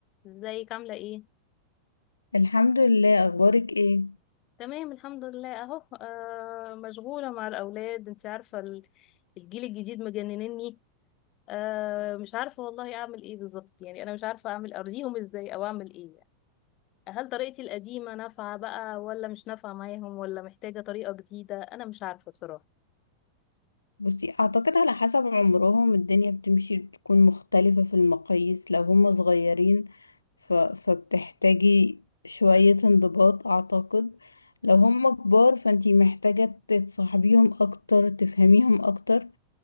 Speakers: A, on the left; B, on the left.
A: ازيك عاملة ايه؟
B: الحمد لله اخبارك ايه
A: تمام الحمد لله اهو آه مشغولة مع الأولاد انت عارفة ال- الجيل الجديد مجننني آه مش عارفة والله اعمل ايه بالظبط يعني انا مش عارفة اعمل ارضيهم ازاي او اعمل ايه يعني. هل طريقتي القديمة نافعة بقى ولا مش نافعة معاهم ولا محتاجة طريقة جديدة انا مش عارفة بصراحة
B: بصي اعتقد على حسب عمرهم الدنيا بتمشي بتكون مختلفة في المقاييس لو هم صغيرين ف... فبتحتاجي شوية انضباط اعتقد لو هم كبار فانتي محتاجة تتصاحبيهم اكتر تفهميهم اكتر